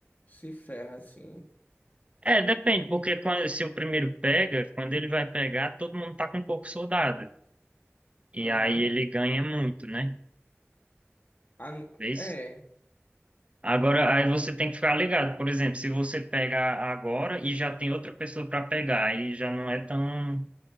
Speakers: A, on the left (about 40°); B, on the right (about 25°).
A: se ferra, assim.
B: É, depende, porque quando- se o primeiro pega, quando ele vai pegar, todo mundo tá com um pouco soldado. E
A: Aham.
B: aí ele ganha muito, né?
A: A n-
B: Vês?
A: É.
B: Agora, aí você tem que ficar ligado. Por exemplo, se você pegar agora e já tem outra pessoa para pegar, aí já não é tão,